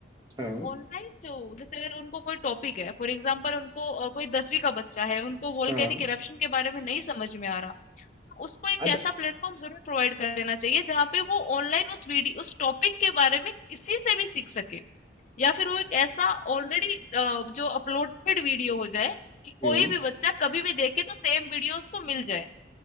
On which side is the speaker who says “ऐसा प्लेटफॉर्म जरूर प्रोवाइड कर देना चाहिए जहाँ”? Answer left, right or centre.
Left